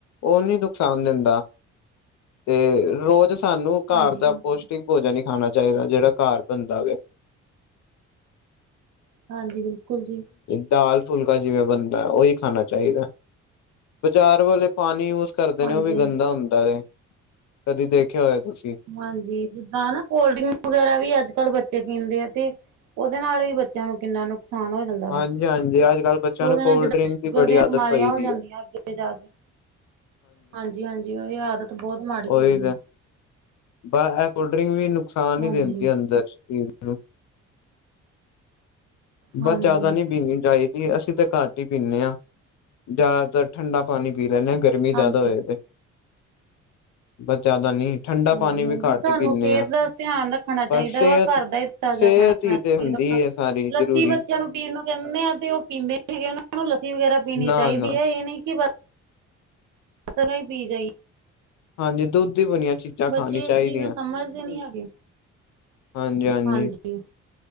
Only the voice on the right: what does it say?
ਹਾਂਜੀ
ਹਾਂਜੀ
ਹਾਂਜੀ ਬਿਲਕੁਲ ਜੀ।
ਹਾਂਜੀ
ਹਾਂ
ਹਾਂਜੀ ਜਿਦਾ ਨਾ ਕੋਲਡ ਡਰਿੰਕ ਵਗੈਰਾ ਵੀ ਅੱਜ ਕੱਲ -ਬੱਚੇ ਪੀਂਦੇ ਆ ਤੇ ਓਦੇ ਨਾਲ ਵੀ ਬੱਚਿਆਂ ਨੂੰ ਕਿੰਨਾ ਨੁਕਸਾਨ ਹੋ ਹੂਦਾ
ਵਾ,
ਤੇ ਓਦੇ
ਨਾਲ ਜਿੱਦਾਂ
ਸ਼ੂਗਰ
ਦੀਆਂ
ਬਮਾਰੀਆਂ
ਹੋ
ਜਾਂਦੀਆਂ
ਅੱਗੇ ਜਾ ਕੇ ਹਾਂਜੀ-ਹਾਂਜੀ ਇਹ ਆਦਤ ਬੋਤ ਮਾੜੀ
ਹੈਗੀ
ਐ।
ਹਾਂਜੀ
ਹਾਂਜੀ
ਹਾਂਜੀ
ਹਾਂਜੀ-ਹਾਂਜੀ
ਸਾਨੂੰ
ਸੇਹਤ
ਦਾ ਧਿਆਨ ਰੱਖਣਾ
ਚਾਇਦਾ
ਵਾ ਘਰ ਦਾ ਈ ਤਾਜਾ
ਖਾਣਾ
<unintelligible>
ਲੱਸੀ
ਬੱਚੇਆਂ ਨੂੰ ਪੀਣ ਨੂੰ ਕਹਿੰਦੇ ਆ ਤੇ ਓ ਪੀਂਦੇ ਹੈਗੇ ਓ ਨੂੰ ਲੱਸੀ ਵਗੈਰਾ ਪੀਣੀ
ਚਾਇਦੀ ਐ ਇਹ ਨਈ ਕਿ ਰਸਣਾ ਈ ਪੀ ਜਾਈ
ਬੱਚੇ
ਇਸ ਚੀਜ਼ ਨੂੰ ਸਮਝਦੇ ਨੀ ਹੈਗੇ
ਹਾਂਜੀ,